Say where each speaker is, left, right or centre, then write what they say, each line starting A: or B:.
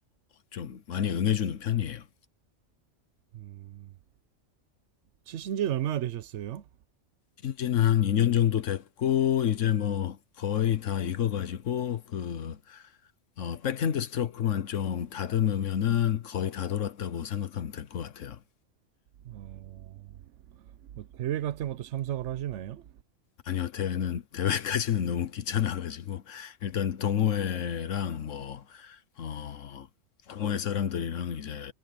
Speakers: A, on the left (about 75°); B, on the right (about 65°).
A: 좀 많이 응해주는 편이에요.
B: 음, 치신 지는 얼마나 되셨어요?
A: 신지는 한 2년 정도 됐고, 이제 뭐 거의 다 익어가지고, 그, 어, 백핸드 스트로크만 좀 다듬으면은 거의 다 돌았다고 생각하면 될 것 같아요.
B: 어, 뭐 대회 같은 것도 참석을 하시나요?
A: 아니요, 대회는, 대회까지는 <laughs> 너무 귀찮아가지고, 일단 동호회랑 뭐, 어, 동호회 사람들이랑 이제